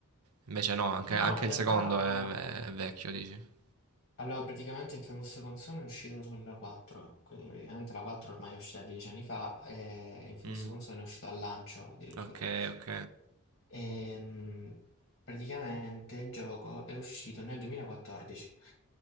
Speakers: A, on the right (about 85°); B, on the left (about 45°).
A: invece no, anche,
B: No,
A: anche
B: in realtà
A: il secondo è, è vecchio, dici.
B: Allora, praticamente Infamous Console è uscito sulla 4, quindi praticamente la 4 ormai è uscita dieci anni fa e Infamous
A: Mm,
B: Console è uscito al lancio addirittura.
A: ok, ok.
B: Ehm, praticamente il gioco è uscito nel 2014,